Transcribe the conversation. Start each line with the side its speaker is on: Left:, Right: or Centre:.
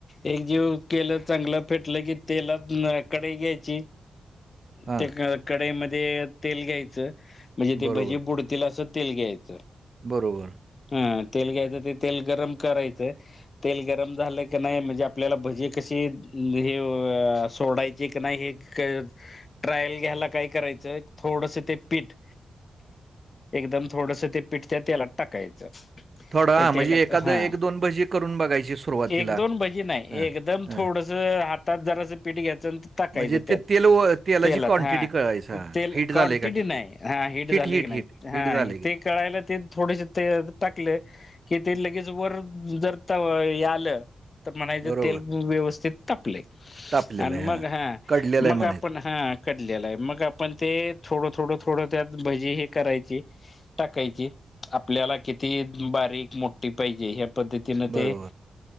Left: एक जीव केलं चांगलं फेटलं की तेलात कडे घ्यायची
Right: हां.
Left: त्या कढईमध्ये तेल घ्यायचं म्हणजे ते
Right: बरोबर,
Left: भजी बुडतील असं. तेल घ्यायचं.
Right: बरोबर.
Left: हा तेल घ्यायचं ते तेल गरम करायचं. तेल गरम झालं की नाही म्हणजे आपल्याला भजी कशी हे सोडायची. नाही हे ट्रायल घ्यायला काय करायचं थोडस ते पीठ एकदम थोडस ते पिठच्या तेलात टाकायचं.
Right: थोडा
Left: ते
Right: हां,
Left: तेला
Right: म्हणजे एखादं
Left: हा
Right: भजी करून बघायची सुरुवातीला.
Left: एक दोन भजी नाही
Right: हां,
Left: एकदम
Right: हां.
Left: थोड हातात जरां पीठ घ्यायच. टाकायच
Right: म्हणजे
Left: त्या
Right: ते तेल व तेलाची
Left: तेलात
Right: क्वांटिटी
Left: हा
Right: कळायचं.
Left: ते
Right: हां,
Left: ते
Right: हीट
Left: क्नटिटी
Right: झालंय का किती?
Left: नाही हा झाले
Right: हीट, हीट,
Left: की नाही
Right: हीट,
Left: हा
Right: हीट झालंय
Left: ते
Right: का?
Left: कळायला ते थोडेसे ते टाकले. कि ते लगेच वर जर तव हे आलं तर म्हणायचं
Right: बरोबर.
Left: तेल व्यवस्थित तापलय
Right: तापलेलं
Left: आणि
Right: आहे. हां,
Left: मग हा
Right: कडलेलं आहे
Left: मग
Right: म्हणायचं.
Left: आपण हा कटलेला आहे मग आपण ते थोडं थोडं थोडं त्यात भजी हे करायची. टाकायची. आपल्याला किती बारीक मोठी पाहिजे ह्या पद्धतीनं
Right: बरोबर.
Left: ते